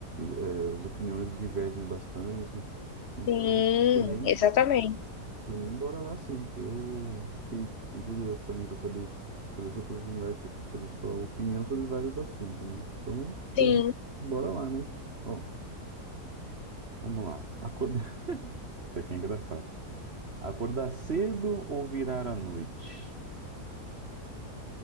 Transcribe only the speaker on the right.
É, As opiniões divergem bastante. Então,
por mim,
por mim, bora lá sim, que eu fiquei, fiquei curioso também para saber sobre sua oportunidade, sobre sua opinião sobre vários assuntos, né? Então, por
mim, bora lá, né? Ó, vamos lá. Acordar. <laughs> Isso aqui é engraçado. Acordar cedo ou virar à noite?